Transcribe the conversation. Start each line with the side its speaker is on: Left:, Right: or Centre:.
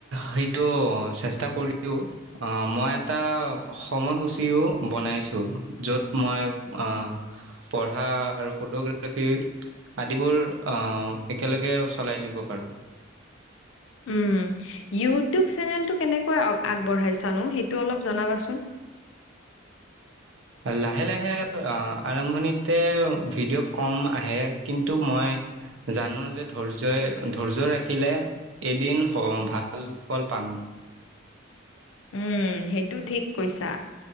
Right: সেইটো চেষ্টা কৰিলো। অঁহ মই এটা সময়সূচীও বনাইছো, য'ত মই আহ পঢ়া আৰু ফটোগ্ৰাফী আদিবোৰ একেলগে অহ চলাই নিব পাৰোঁ।
Left: উম ইউটিউব চেনেলটো কেনেকৈ আগবঢ়াইছানো সেইটো অলপ জনাবাচোন?
Right: লাহে লাহে অঁ আৰম্ভণিতে ভিডিঅ' কম আহে কিন্তু মই জানো যে ধৈৰ্যই ধৈৰ্য ৰাখিলে এদিন স ভাল ফল পাম।
Left: উম সেইটো ঠিক কৈছা।